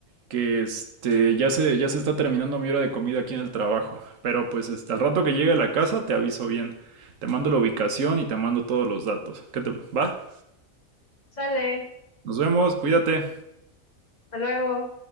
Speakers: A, on the right; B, on the left.
A: que este, ya se, ya se está terminando mi hora de comida aquí en el trabajo. Pero pues este, al rato que llegue a la casa te aviso bien. Te mando la ubicación y te mando todos los datos. ¿Qué te va?
B: Sale,
A: Nos vemos, cuídate.
B: hasta luego.